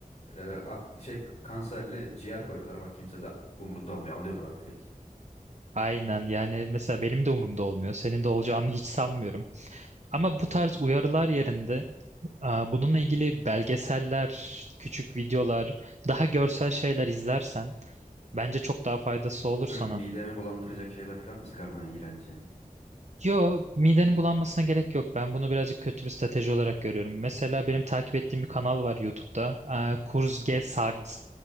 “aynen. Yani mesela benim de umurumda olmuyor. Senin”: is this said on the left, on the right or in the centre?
Right